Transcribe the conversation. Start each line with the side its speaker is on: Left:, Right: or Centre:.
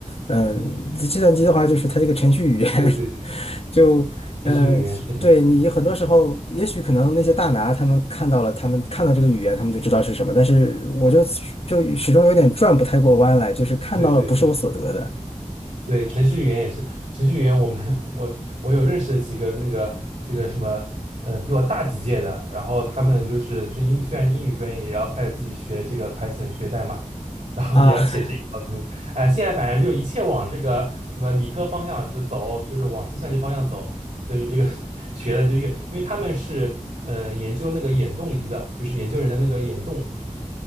Left: 嗯，
Right: 嗯，
Left: 计算机的话就是它这个程序语言
Right: 对对对，
Left: <laughs> 就。呃对你很多时候，
Right: 视觉语言是很。
Left: 也许可能那些大拿他们看到了，他们看到这个语言，他们就知道是什么，
Right: 对。
Left: 但是我就就始终有点转不太过弯来，就是看到了不是我所得的
Right: 对对对对，程序员也是，程序员我们 <laughs> 我我有认识的几个那个这个什么，嗯，比我大几届的，然后他们就是是英语虽然是英语专业，也要开始自己学这个 Python 学代码，<laughs> 然后也要写这一套东西。
Left: 啊。
Right: 哎，现在反正就一切往这个什么理科方向就走，就是往计算机方向走，就是这个 <laughs> 学的就越，因为他们是呃研究那个眼动仪的，就是研究人的那个眼动。